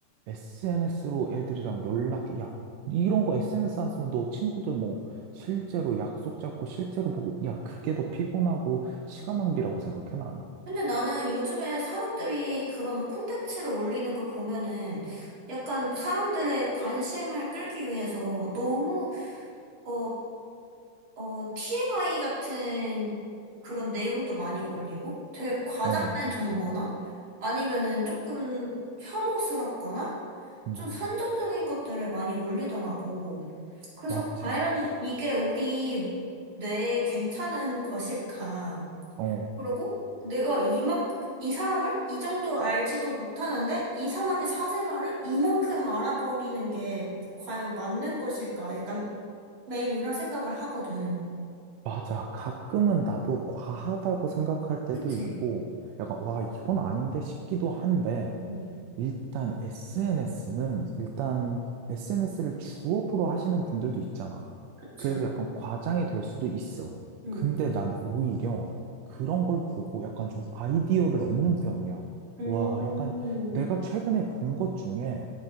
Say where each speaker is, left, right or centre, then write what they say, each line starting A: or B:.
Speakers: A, on the right; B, on the right.
A: SNS로 애들이랑 연락해. 야, 이런 거 SNS 안 쓰면 너 친구들 뭐, 실제로 약속 잡고 실제로 보고, 야, 그게 더 피곤하고, 시간 낭비라고 생각해, 난.
B: 근데 나는 요즘에 사람들이 그런 콘텐츠를 올리는 걸 보면은 약간 사람들의 관심을 끌기 위해서 너무, 어, 어, TMI 같은 그런 내용도 많이 올리고 되게 과장된
A: 어,
B: 정보나 아니면은 조금 혐오스럽거나
A: 음,
B: 좀 선정적인 것들을 많이 올리더라고. 그래서
A: 맞지,
B: 과연
A: 맞지.
B: 이게 우리 뇌에 괜찮은 것일까?
A: 어,
B: 그리고 내가 이만 이 사람을 이 정도 알지도 못하는데 이 사람의 사생활을 이만큼 알아버리는 게 과연 맞는 것일까? 약간 매일 이런 생각을 하거든.
A: 맞아. 가끔은 나도 과하다고 생각할 때도
B: 그치?
A: 있고, 약간, 와, 이건 아닌데 싶기도 한데,
B: 응,
A: 일단 SNS는 일단 SNS를 주업으로 하시는 분들도 있잖아.
B: 그치?
A: 그래서 약간 과장이 될 수도 있어.
B: 응.
A: 근데 난 오히려 그런 걸 보고 약간 좀 아이디어를 얻는 편이야.
B: 음,
A: 와, 약간 내가 최근에 본 것 중에